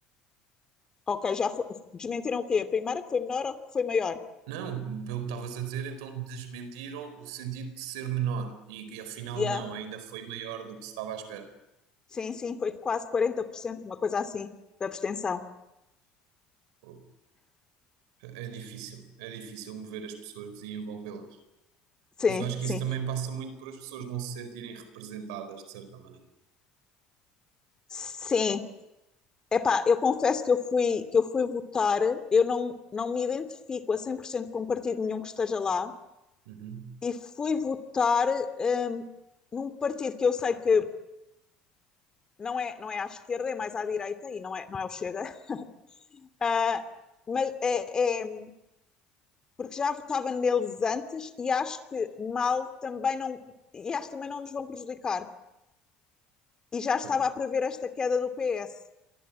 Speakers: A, on the left (about 25°); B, on the right (about 85°).
A: Ok, já fo- desmentiram o quê? A primeira que foi menor ou que foi maior?
B: Não, pelo que estavas a dizer, então desmentiram o sentido de ser menor. E, e afinal,
A: Yeah.
B: não, ainda foi maior do que se estava à espera.
A: Sim, sim, foi de quase 40% uma coisa assim, da abstenção.
B: Pô, É difícil, é difícil mover as pessoas e envolvê-las.
A: Sim,
B: Mas eu acho que
A: sim.
B: isso também passa muito por as pessoas não se sentirem representadas de certa maneira.
A: Sim, Epá, eu confesso que eu fui, que eu fui votar, eu não, não me identifico a 100% com um partido nenhum que esteja lá,
B: Uhum.
A: e fui votar hum, num partido que eu sei que não é, não é à esquerda, é mais à direita, e não é, não é o Chega, <laughs> Ah, mas é, é- porque já votava neles antes e acho que mal também não, e acho que também não nos vão prejudicar. E já estava
B: Pois.
A: a prever esta queda do PS.